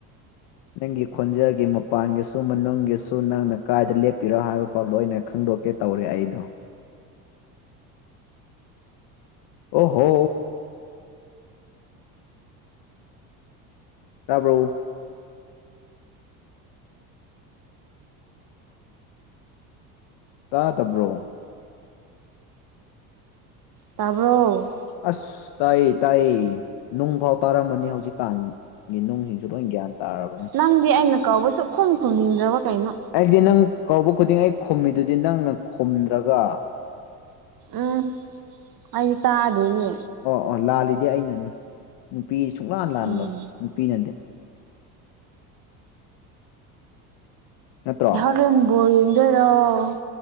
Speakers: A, on the left; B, on the right.
A: ꯅꯪꯒꯤ ꯈꯣꯟꯖꯦꯜꯒꯤ ꯃꯄꯥꯟꯒꯤꯁꯨ ꯃꯅꯨꯡꯒꯤꯁꯨ ꯅꯪꯅ ꯀꯥꯏꯗ ꯂꯦꯞꯄꯤꯔꯣ ꯍꯥꯏꯕ ꯐꯥꯎꯗ ꯂꫭꯏ ꯈꯪꯗꯣꯛꯀꯦ ꯇꯧꯔꯦ ꯑꯩꯗꯣ ꯑꯣ ꯍꯣ ꯇꯥꯕ꯭ꯔꯣ ꯇꯥꯗꯕ꯭ꯔꯣ
B: ꯇꯥꯕ꯭ꯔꯣ
A: ꯑꯁ ꯇꯥꯏꯌ‌ꯦ- ꯇꯥꯏꯌꯦ ꯅꯨꯡꯐꯥꯎ ꯇꯥꯔꯝꯃꯅꯤ ꯍꯧꯖꯤꯛꯀꯥꯟꯒꯤ ꯅꯨꯡ ꯂꯣꯏ ꯒ꯭ꯌꯥꯟ ꯇꯥꯔꯕꯅꯤ
B: ꯅꯪꯗꯤ ꯑꯩꯅ ꯀꯧꯕ ꯁꯨꯈꯨꯝ ꯈꯨꯝꯅꯤꯡꯗ꯭ꯔꯕ ꯀꯩꯅꯣ
A: ꯑꯩꯗꯤ ꯅꯪ ꯀꯧꯕ ꯈꯨꯗꯤꯡ ꯑꯩ ꯈꯨꯝꯃꯤꯗꯨꯗꯤ ꯅꯪꯅ ꯈꯨꯝꯗ꯭ꯔꯒ
B: ꯎꯝ ꯑꯩꯗꯤ ꯇꯥꯗ‌ꯦꯅꯦ
A: ꯑꯣ ꯑꯣ ꯂꯥꯜꯂꯤꯗꯤ ꯑꯩꯅꯅꯦ ꯅꯨꯄꯤ ꯁꯨꯡꯂꯥꯟ ꯂꯥꯜꯂꯣꯏ
B: ꯎꯝ
A: ꯅꯨꯄꯤꯅꯗꯤ ꯅꯠꯇ꯭ꯔꯣ
B: ꯍꯨꯔꯦꯟ ꯕꯣꯜ ꯌꯦꯡꯗꯣꯢꯔꯣ꯫